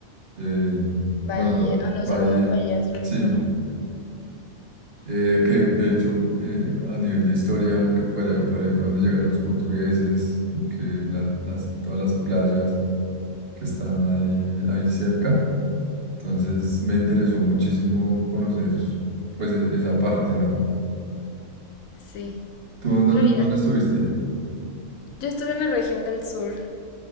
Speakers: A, on the right; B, on the left.
A: Eh,
B: Bahía.
A: bueno, ta-
B: Ah, no,
A: Bahía,
B: Salvador Bahía es lo mismo,
A: sí,
B: ¿no?
A: eh, que de hecho eh, a nivel de historia, que por ahí, por ahí fue donde llegaron los portugueses, como que la- las- todas las playas que están ahí, ahí cerca. Entonces me interesó muchísimo conocer pues e- esa parte, ¿no?
B: Sí.
A: ¿Tú en dónde,
B: No, ya-
A: dónde estuviste?
B: yo estuve en la región del sur.